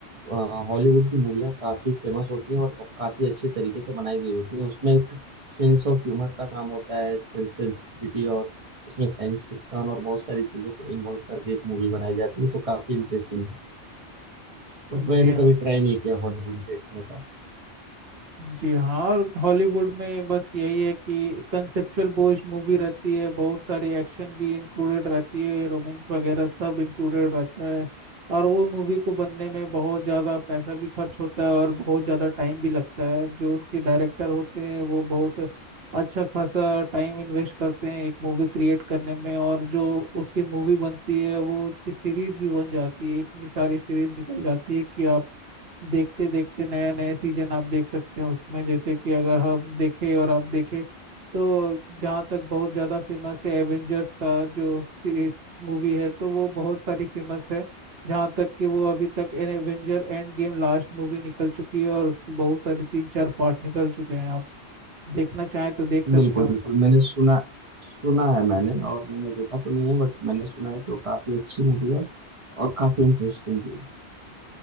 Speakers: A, on the right; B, on the right.
A: अ, हॉलीवुड की मूवियाँ काफ़ी फेमस होती हैं और काफ़ी अच्छे तरीके से बनाई गई होती हैं उसमें एक सेंस ऑफ ह्यूमर का काम होता है सेंसिटिविटी और उसमें साइंस फिक्शन और बहुत सारी चीज़ों को इन्वॉल्व करके एक मूवी बनाई जाती है तो काफ़ी इंटरेस्टिंग है बट
B: जी
A: मैंने कभी ट्राई नहीं किया हॉलीवुड देखने का
B: जी हाँ और हॉलीवुड में बस यही है कि कंसेप्चुअल बेस्ड मूवी रहती है बहुत सारी एक्शन भी इंक्लूडेड रहती है रोमांस वगैरह सब इंक्लूडेड रहता है और वो मूवी को बनने में बहुत ज़्यादा पैसा भी खर्च होता है और बहुत ज़्यादा टाइम भी लगता है जो उनके डायरेक्टर होते हैं वो बहुत अच्छा खासा टाइम इन्वेस्ट करते हैं एक मूवी क्रिएट करने में और जो उसकी मूवी बनती है वो उसकी सीरीज भी बन जाती है इतनी सारी सीरीज निकल जाती है कि आप देखते देखते नया नया सीजन आप देख सकते हो उसमें जैसे कि अगर हम देखें और आप देखें तो जहाँ तक बहुत ज़्यादा फेमस है एवेंजर्स का जो मूवी है तो वो बहुत सारी फेमस है जहाँ तक कि वो अभी तक Avenger end game last movie निकल चुकी है और उसके बहुत सारे तीन चार पार्ट निकल चुके हैं आप देखना चाहें तो देख सकते
A: बिल्कुल
B: हो
A: बिल्कुल मैंने सुना सुना है मैंने और मैंने देखा तो नहीं है बट मैंने सुना है कि वो काफी अच्छी मूवी है और काफी इंटरेस्टिंग भी है